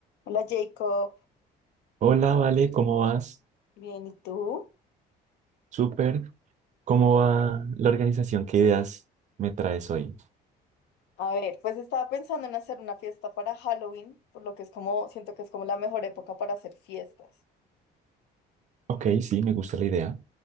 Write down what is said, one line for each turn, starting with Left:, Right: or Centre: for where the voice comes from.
Left: Hola Jacob,
Right: Hola, Vale, ¿cómo vas?
Left: bien, ¿y tú?
Right: Súper. ¿Cómo va la organización? ¿Qué ideas me traes hoy?
Left: A ver, pues estaba pensando en hacer una fiesta para Halloween, por lo que es como, siento que es como la mejor época para hacer fiestas.
Right: Ok, sí, me gusta la idea.